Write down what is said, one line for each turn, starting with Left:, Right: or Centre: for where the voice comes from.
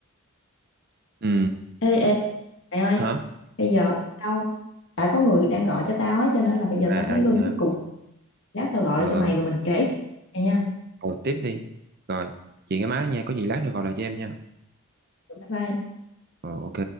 Right: Ừ.
Left: ê ê mày ơi
Right: Hả?
Left: bây giờ tao tại có người đang gọi cho tao á cho nên là bây giờ
Right: À,
Left: tao phải
Right: à
Left: ngưng
Right: vậy hả?
Left: cái cuộc lát tao gọi
Right: Ờ,
Left: lại cho mày rồi mình kể mày nha
Right: rồi tiếp đi. Rồi, chị nghe máy nha, có gì lát nữa gọi lại cho em nha.
Left: bye bye
Right: Ờ, ok.